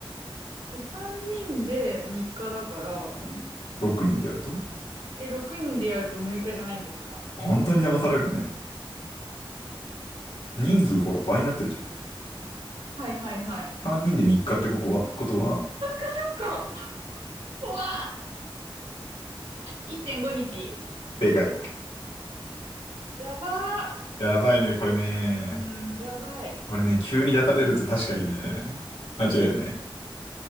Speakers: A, on the right (about 80°); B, on the left (about 75°).
A: え、3人で3日だから、
B: うん。
A: ん
B: 6人でやると
A: え、6人でやると6日じゃないんですか
B: 本当に騙されるね。人数ほら倍になってるじゃん。
A: はいはいはい。
B: 3人で3日ってここは、ことは、
A: なんか怖っ !1.5 日。
B: でかい。
A: やば
B: やばいね、これね。
A: ー。うーん、やばい。
B: これね、急に出されると確かにね、間違えるね。